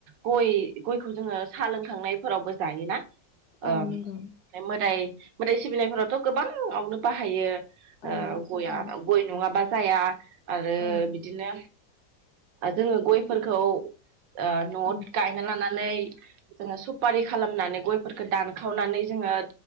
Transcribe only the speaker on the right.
गय गयखौ जोङो साह लोंखांनायफोरावबो जायोना। ओम
मोदाय मोदाइ सिबिनायफोराथ गोबां आवनो बाहायो। ओ
गया
गय नङाबा जाया आरो
बिदिनो जोङो गयफोरखौ। ओ नआव
गायना लानानै जोङो सफारि खालामनानै गयफोरखौ दानखावनानै
जोङो।